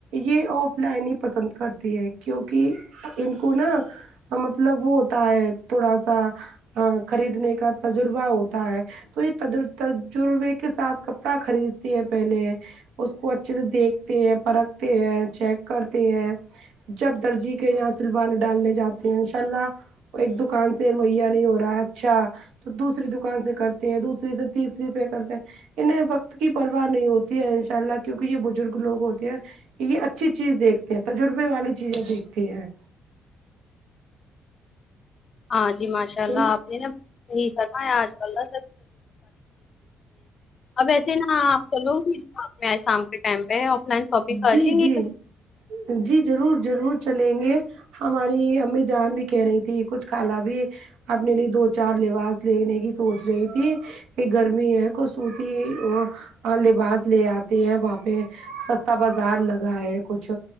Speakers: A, on the right (about 85°); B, on the left (about 45°).
A: یہ آف لائن ہی پسند کرتی ہے کیونکہ ان کو نا مطلب وہ ہوتا ہے تھوڑا سا خریدنے کا تجربہ ہوتا ہے تو یہ تجربے کے ساتھ کپڑا خریدتی ہے پہلے اس کو اچھے سے دیکھتے ہیں پرکھتے ہیں چیک کرتے ہیں جب درجی کے یہاں سلوان ڈالنے جاتے ہیں ان شاء اللہ ایک دوکان سے موہیا نہیں ہو رہا اچھا تو دوسری دوکان سے کرتی ہے دوسری سے تیسری پہ کرتے انہیں وقت کی پرواہ نہیں ہوتی ہے ان شاء اللہ کیونکہ یہ بزرگ لوگ ہوتے ہیں یہ اچھی چیز دیکھتے ہیں تجربے والی چیزیں دیکھتی ہے
B: ہاں جی ماشاء
A: تو
B: اللہ آپ نے نا صحیح فرمایا آج کل <inaudible> اب وسے نا آپ چ لو گی شپ میں آ شام کے ٹائم پہ آف لائن شاپنگ کر
A: جی
B: لیں
A: جی
B: گے
A: جی ضرور ضرور چلیں گے ہماری امی جان بھی کہہ رہی تھی کچھ کالا بھی اپنے لیے دو چار لباس لینے کی سوچ رہی تھی کہ گرمی ہے خصوتی لباس لے آتے ہیں وہاں پہ چھتا بازار لگا ہے کچھ